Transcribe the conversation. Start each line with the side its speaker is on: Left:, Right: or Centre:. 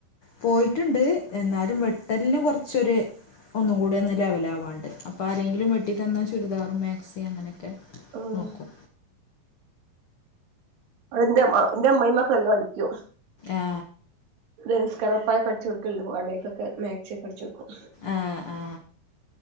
Left: പോയിട്ടുണ്ട്, എന്നാലും വെട്ടലിൽ കുറച്ചൊരു ഒന്നും കൂടി ഒന്ന് ലെവലാവാന്നുണ്ട്, അപ്പൊ ആരെങ്കിലും വെട്ടി തന്ന ചുരിദാറും മാക്സി അങ്ങനെയൊക്കെ
Right: ആഹ്
Left: നോക്കൂ
Right: എന്റെ അമ്മ എന്റെ അമ്മമായിമ്മ ക്കെല്ലാം അടിക്കും.
Left: ആ
Right: <inaudible> കടിച്ചു കൊടുക്കലുണ്ട് വാടകയ്ക്കൊക്കെ മാക്സിയൊക്കെ അടിച്ചുകൊടുക്കും.
Left: ആ ആ